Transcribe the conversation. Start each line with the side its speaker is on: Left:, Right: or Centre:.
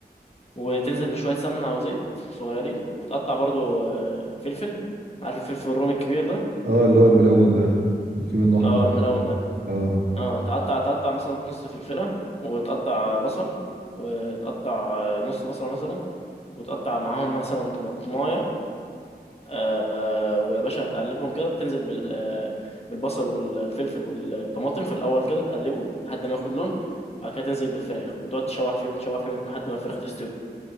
Left: وتنزل بشوية سمنة او زيت صغيرين وتقطع برضو آه، فلفل عارف الفلفل الرومي الكبير ده
Right: اه اللي هو الملون ده اللي فيه منه أحمر
Left: اه
Right: بس.
Left: الملون ده
Right: اه
Left: اه تقطع تقطع مثلا نص فلفلة وتقطع بصل وتقطع آه، نص بصلة مثلا وتقطع معاهم مثلا طماطماية آه، ويا باشا هتقلبهم كده وتنزل بال- آه، بالبصل والفلفل والطماطم في الاول كده تقلبه لحد ما ياخد لون وبعد كده تنزل بالفراخ وتقعد تشوح فيهم تشوح فيهم لحد ما الفراخ تستوي